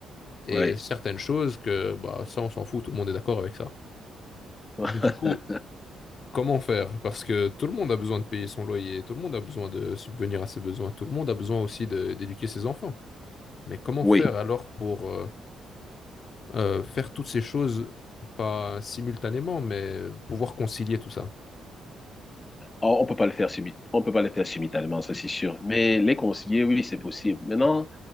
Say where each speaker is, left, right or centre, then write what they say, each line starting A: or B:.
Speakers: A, on the left; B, on the left.
A: et
B: Oui.
A: certaines choses que, bah, ça, on s'en fout, tout le monde est d'accord avec ça.
B: <laughs>
A: Mais du coup, comment faire? Parce que tout le monde a besoin de payer son loyer, tout le monde a besoin de subvenir à ses besoin, tout le monde a besoin aussi de- d'éduquer ses enfants. Mais comment
B: Oui.
A: faire alors pour... euh, euh, faire toutes ces choses, pas simultanément, mais pouvoir concilier tout ça.
B: Oh, on peut pas le faire subit- on peut pas le faire simultanément, ça c'est sûr. Mais les concilier, oui, c'est possible. Maintenant,